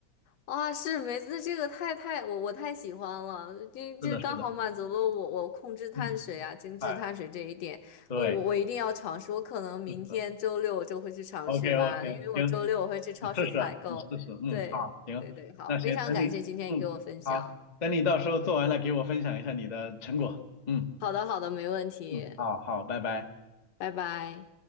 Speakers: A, on the left; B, on the left.
A: 哇，是梅子这个太太我我太喜欢了，这这刚好满足了我我控制碳水啊、
B: <laughs> 是的，是的，嗯，
A: 精致碳水这一点，
B: 哎，对，
A: 我我我一定要尝试，我可能明天周六我就会去尝试吧，
B: 是的，OK OK，
A: 因为我周六我会去超市采购。
B: 行，你试试啊，你试试，嗯，
A: 对对对，
B: 好，行，
A: 好，
B: 那行，
A: 非常感谢今天你给我分享。
B: 等你，嗯，好，等你到时候做完了，给我分享一下你的成果，嗯
A: 好的好的，没问题，
B: 嗯，好好，拜拜。
A: 拜拜。